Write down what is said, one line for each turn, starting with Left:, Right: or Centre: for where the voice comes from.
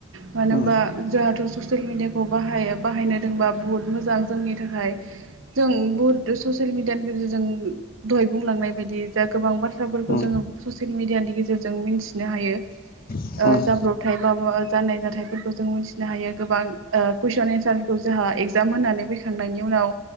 Right: मानो होनबा
Left: उम
Right: जोंहाथ' ससियेल मिडियाखौ बाहाय बाहायनो रोंबा बुहुत मोजां जोंनि थाखाय। जों बुहुत ससियेल मिडियानि गेजेरजों दहाय बुंलांनाय बायदि जा गोबां बा थ्राफोरखौ
Left: उम
Right: जोङो ससियेल मिडियानि गेजेरजों मिन्थिनो हायो।
Left: उम
Right: ओ जाब्रबथाय बा जानाय जाथायफोरखौ जों मोनथिनो हायो। गोबां ओ कुइसन एन्सारफोरखौ जोंहा एगजाम होनानै फैखांनायनि उनाव